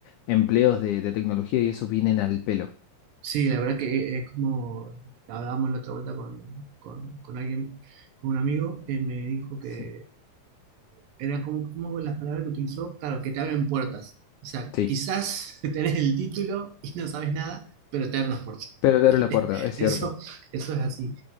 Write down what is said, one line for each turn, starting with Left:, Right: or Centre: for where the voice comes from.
Left: empleos de, de tecnología y eso vienen al pelo.
Right: Sí, la verdad que es como hablábamos la otra vuelta con, con, con alguien, con un amigo, eh, me dijo que
Left: Sí,
Right: era como, como las palabras que utilizó, claro, que te abren puertas. O sea,
Left: sí.
Right: quizás <laughs> tenés el título y no sabes nada, pero te abren las puertas.
Left: Pero
Right: <laughs>
Left: te abre la puerta, es
Right: Eso,
Left: cierto.
Right: eso es así.